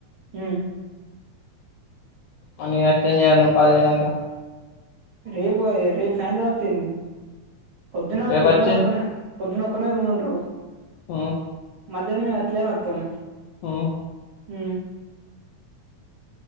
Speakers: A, on the right; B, on the left.
A: ఉ
B: అనే నచ్చేం చేయాలి నువ్వు పద జనాక
A: రేపు రేపు సాయంత్రం వతింది పొద్దున
B: రేపొచ్చి
A: పొద్దున ఒక్కన పొద్దునక్కనే రూమ్ ఉంటవు
B: ఆ
A: మధ్యహం మీ వత్లే మొత్తం
B: ఆ
A: ఉ